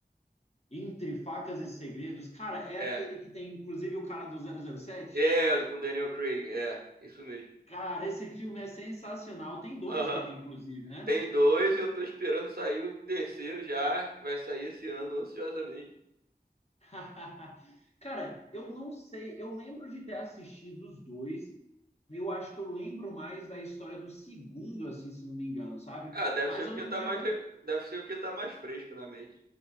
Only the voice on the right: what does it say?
É,
é, com Daniel Craig, é, isso mesmo.
Aham.
Tem dois e eu tô esperando sair o terceiro já, que vai sair esse ano ansiosamente.
Ah, deve
ser porque
tá
mais re- deve ser porque tá mais fresco na mente.